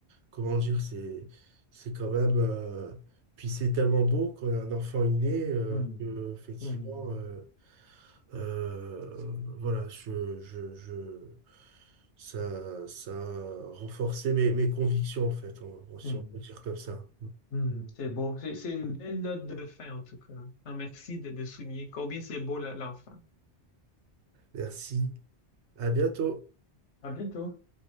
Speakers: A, on the right; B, on the left.
A: comment dire, c'est c'est quand même. euh, puis c'est tellement beau quand un enfant est né euh,
B: Hmm.
A: que effectivement.
B: Hmm.
A: euh, euh, voilà, je, je, je- ça, ça a renforcé mes, mes convictions, en fait, on- on- si
B: Hmm.
A: on peut dire comme ça.
B: Hmm, c'est beau. C'est c'est une belle note de fin, en tout cas. Ah, merci de, de souligner combien c'est beau, la- l'enfant.
A: Merci, à bientôt.
B: À bientôt.